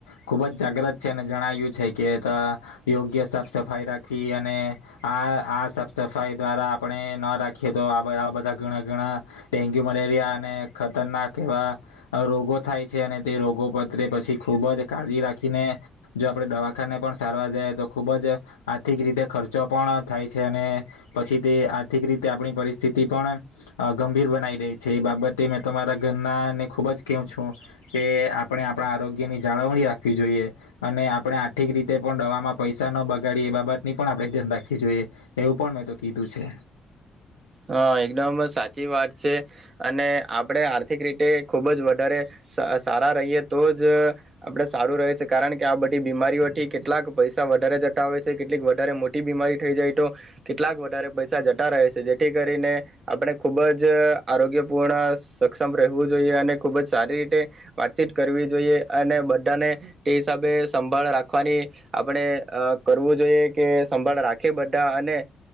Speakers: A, on the left; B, on the right.
A: ખુબ જ જાગ્રત છે અને જણાવ્યું છે કે યોગ્ય સાફ સફાઈ રાખવી અને આ આ સાફ સફાઈ દ્વારા આપણે ન રાખીએ તો બધા ઘણા ગણા ડેન્ગ્યુ મલેરિયા અને ખતરનાક એવા. રોગો થાય છે અને તે રોગો પત્ર પછી ખુબ જ કાળજી રાખીને જો આપણેે દવાખાને પણ સારવાર જાય તો ખુબ જ આર્થિક રીતે ખર્ચો પણ થાય છે અને પછી તે આર્થિક રીતે આપણી પરિસ્થિતિ પણ ગંભીર બનાવી રહી છે એ બાબતે મેં તમારા ઘરના. ખુબ જ કેવું છું કે આપણે આપણા આરોગ્ય ની જાળવણી રાખવી જોઈએ અને આપણે આર્થિક રીતે પણ દવામાં પૈસા ન બગાડીએ એ બાબતની પણ આપણે ધ્યાન રાખું જોઈએ એવું પણ મેં તો કીધું છે.
B: હા એકદમ સાચી વાત છે અને આપડે આર્થિક રીતે ખુબ જ વધારે સારા રહીએ તો જ આપડે સારું રહે છે કારણ કે આ બધી બીમારીઓથી કેટલાક પૈસા વધારે જતા હોય છે કેટલીક વધારે મોટી બીમારી થઈ જાય તો કેટલાક વધારે પૈસા જતા રહે છે જે. તેથી કરીને આપણે ખૂબ જ આરોગ્યપૂર્ણ સક્ષમ રહેવું જોઈએ અને ખૂબ જ સારી રીતે વાતચીત કરવી જોઈએ અને બધાને તે હિસાબે સંભાળ રાખવાની આપણે કરવું જોઈએ કે સંભાળ રાખી બધા અને